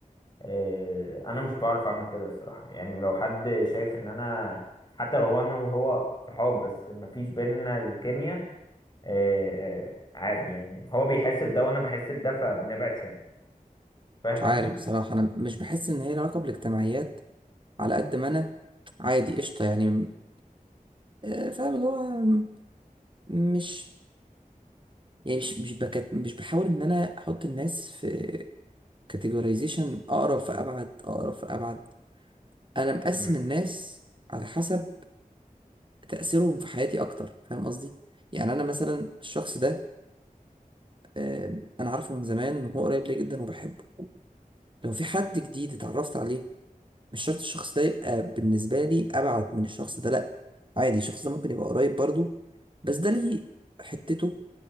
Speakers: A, on the left; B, on the right.
A: إيه، انا مش بعرف اعمل كده الصراحه يعني لو حد شايف ان انا حتى لو هو انا وهو صحاب بس مفيش بينا الكيمياء إيه، عيب يعني هو بيحس بده وانا بحس بده فبنبعد سنة فاهم
B: مش عارف
A: قصدي
B: بصراحة أنا مش بحس إن هي لها علاقة بالاجتماعيات على قد ما أنا عادي قشطة يعني م- آه، فاهم اللي هو م- مش يعني مش مش بكت مش بحاول إن أنا أحط الناس في كاتيجورايزيشن أقرب فأبعد أقرب فأبعد أنا مقسم
A: امم
B: الناس على حسب تأثيره في حياتي أكتر فاهم قصدي؟ يعني أنا مثلا الشخص ده آه، أنا عارفه من زمان إن هو قريب لي جدا وبحبه لو في حد جديد اتعرفت عليه مش شرط الشخص ده يبقى بالنسبة لي أبعد من الشخص ده لأ عادي الشخص ده ممكن يبقى قريب برضه بس ده ليه حتته